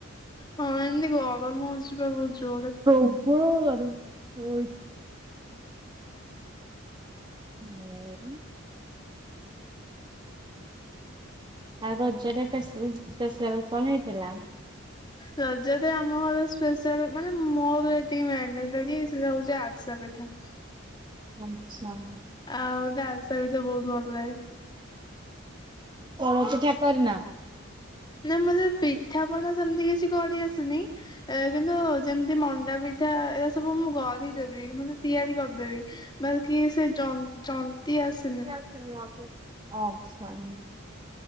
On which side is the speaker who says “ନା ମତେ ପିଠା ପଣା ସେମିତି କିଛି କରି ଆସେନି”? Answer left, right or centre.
Left